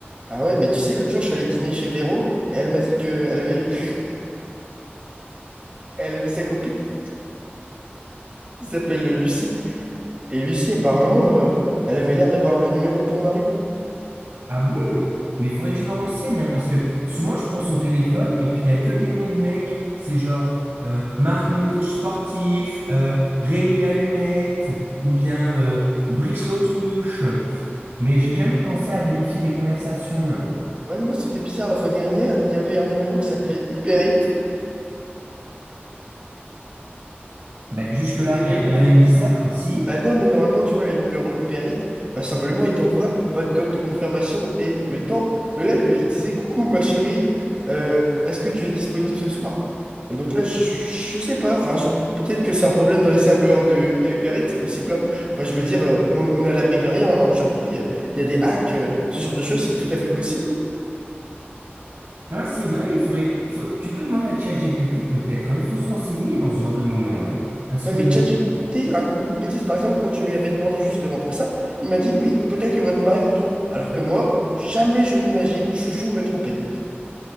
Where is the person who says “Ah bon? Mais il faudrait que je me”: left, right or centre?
Right